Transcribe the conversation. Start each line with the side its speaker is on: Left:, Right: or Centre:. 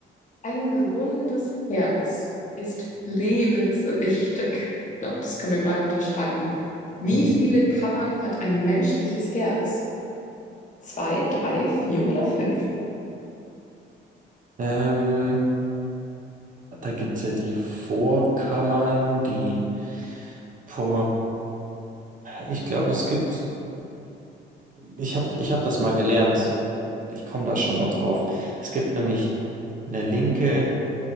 Left: Ein gesundes Herz ist lebenswichtig. Ich glaube, das können wir beide unterschreiben. Wie
Right: Mhm.
Left: viele Kammern hat ein menschliches Herz? Zwei, drei, vier oder fünf?
Right: Ähm, da gibt es ja die Vorkammern, die Vor. Ich glaube, es gibt, ich habe ich hab das mal gelernt. Ich komme da schon mal drauf. Es gibt nämlich eine linke.